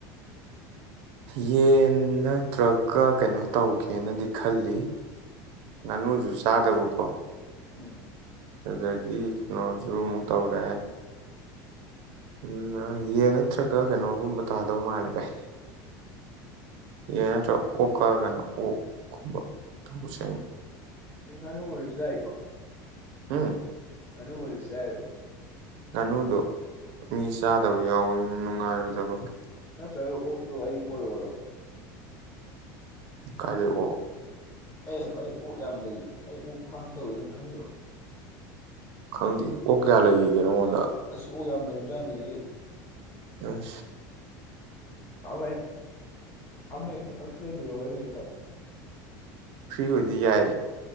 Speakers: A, on the right; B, on the left.
A: ꯌꯦꯟ ꯅꯠꯇ꯭ꯔꯒ ꯀꯩꯅꯣ ꯇꯧꯒꯦꯅꯗꯤ ꯈꯜꯂꯤ ꯉꯥꯅꯨꯁꯨ ꯆꯥꯗꯕꯀꯣ
B: ꯎ
A: ꯑꯗꯨꯗꯒꯤ ꯀꯩꯅꯣꯁꯨ ꯑꯃꯨꯛ ꯇꯧꯔꯦ ꯎꯝ ꯌꯦ ꯅꯠꯇ꯭ꯔꯒ ꯀꯩꯅꯣꯒꯨꯝꯕ ꯇꯥꯗꯧ ꯃꯥꯜꯂꯦ ꯚꯥꯏ ꯌꯦ ꯅꯠꯇ꯭ꯔꯒ ꯑꯣꯛ ꯀꯛꯔꯒꯅ ꯑꯣꯒꯨꯝꯕ ꯇꯧꯁꯦꯅꯤ
B: ꯑꯦꯉꯅ ꯑꯣꯔꯖꯒꯏꯀꯣ
A: ꯎꯝ
B: ꯑꯅꯃꯣꯂꯤꯁꯑꯕ
A: ꯉꯥꯅꯨꯗꯣ ꯃꯤ ꯆꯥꯗꯕ ꯌꯥꯎꯋꯅꯤꯅ ꯅꯨꯡꯉꯥꯏꯔꯣꯏꯗꯕꯒ
B: ꯅꯠꯇ꯭ꯔꯒ ꯑꯣꯛꯇꯣ ꯑꯩ ꯄꯂꯛꯑꯣꯔꯣ
A: ꯀꯗꯀꯣ
B: ꯑꯦ ꯑꯩ ꯑꯣꯛ ꯌꯥꯝ ꯂꯩ ꯑꯩ ꯑꯣꯛ ꯐꯥꯝ ꯇꯧꯋꯤ ꯅꯪ ꯈꯪꯗꯨꯔꯣ
A: ꯈꯪꯗ ꯑꯣ ꯀꯌꯥ ꯂꯩꯒ ꯅꯣꯡꯅ
B: ꯑꯣ ꯌꯥꯝ ꯂꯩꯖꯥꯠꯅꯤ
A: ꯑ
B: ꯍꯋꯥꯏ ꯑꯃꯦ ꯀꯛꯊꯖꯂ ꯑꯣꯏꯔꯅꯤ
A: ꯐ꯭ꯔꯤ ꯑꯣꯏꯗꯤ ꯌꯥꯏ